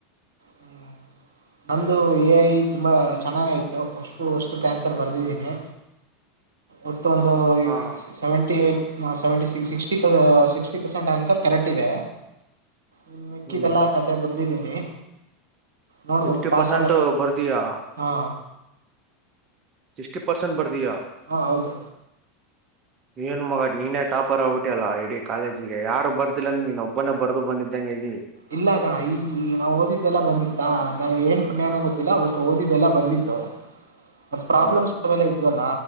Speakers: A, on the right (about 75°); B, on the right (about 35°).
A: ಹ್ಮ್. ನಂದು ಏ ಐ ತುಂಬ ಚೆನ್ನಾಗ್ ಆಯ್ತು ಅಷ್ಟು ಅಷ್ಟುಕ್ಕೂ ಆನ್ಸರ್ ಬರೆದಿದ್ದೀನಿ. ಒಟ್ಟು ಒಂದು ಈ
B: ಹಾ
A: ಸೆವೆಂಟಿ ಏ ಸೆವೆಂಟಿ ಸಿ ಸಿಕ್ಟಿ ಪ ಸಿಕ್ಸ್ಟಿ ಪರ್ಸೆಂಟ್ ಆನ್ಸರ್ ಕರೆಕ್ಟ್ ಇದೆ. ಇನ್ ಮಿಕ್ಕಿದೆಲ್ಲಾ
B: ಹ್ಮ್
A: ಕತೆೆ ಬರ್ದಿದ್ದೀನಿ. ನೋಡ್ಬೇಕು
B: ಫಿಫ್ಟಿ
A: ಪಾಸ್
B: ಪರ್ಸೆಂಟ್
A: ಆಗತ್ತೆ ಅಂತ
B: ಬರ್ದೀಯಾ
A: ಹಾ.
B: ಸಿಕ್ಸ್ಟಿ ಪರ್ಸೆಂಟ್ ಬರ್ದಿಯಾ.
A: ಹಾ ಹೌದು.
B: ಏನು ಮಗ ನೀನೇ ಟಾಪರ್ ಆಗ್ಬಿಟ್ಯಲ್ಲ ಇಡೀ ಕಾಲೇಜಿಗೆ ಯಾರು ಬರ್ದಿಲ್ಲ ಅಂದ್ರ ನೀನೊಬ್ ಒಬ್ಬನನೆ ಬರ್ದು ಬಂದಿದ್ದಂಗೆ ಇದ್ದೀ.
A: ಇಲ್ಲ ಕಣ ಈಸಿ ನಾ ಓದಿದ್ದೆಲ್ಲ ಬಂದಿತ್ತಾ ನಾ ಏನ್ ಪುಣ್ಯನೋ ಗೊತ್ತಿಲ್ಲ ಒಟ್ ಓದಿದ್ದಿದೆೆಲ್ಲ ಬಂದಿತ್ತು. ಮತ್ತು ಪ್ರಾಬ್ಲಮ್ಸ್
B: ನಾವು
A: ಅವೆಲ್ಲ ಇದ್ವಲ್ಲ